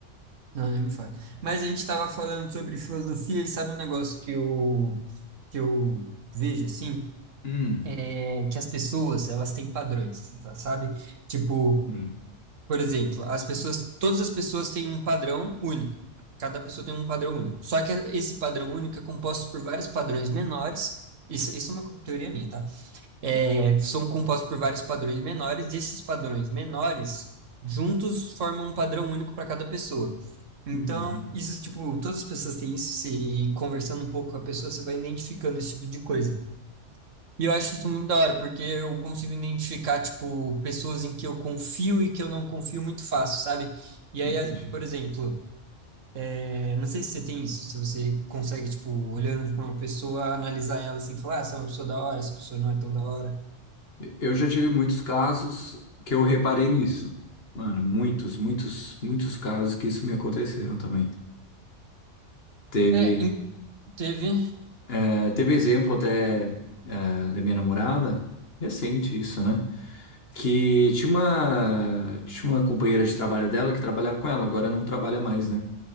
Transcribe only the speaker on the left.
Hum,
hum,
ah,
uhum,
entendi.
Eu já tive muitos casos que eu reparei nisso. Mano, muitos, muitos, muitos casos que isso me aconteceram também. Teve.
É, teve exemplo até é, da minha namorada, recente isso, né? Que tinha uma, tinha uma companheira de trabalho dela que trabalhava com ela, agora não trabalha mais, né?